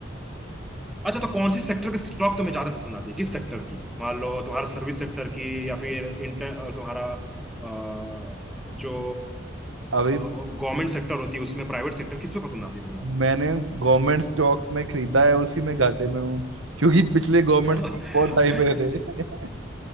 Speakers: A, in the centre; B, on the right.
A: अच्छा तो कौन सी सेक्टर की स्टॉक तुम्हें ज्यादा पसंद आती है किस सेक्टर की मान लो तुम्हारा सर्विस सेक्टर की या फिर इंटर तुम्हारा अ, जो
B: अभी
A: गवर्नमेंट सेक्टर होती है उसमें प्राइवेट सेक्टर किस में पसंद आती है तुम्हें
B: मैंने गवर्नमेंट स्टॉक्स में खरीदा है उसी में घाटे में हूँ क्योंकि पिछले गवर्नमेंट
A: ज्यादा
B: स्टॉक बहुत हाई पे थे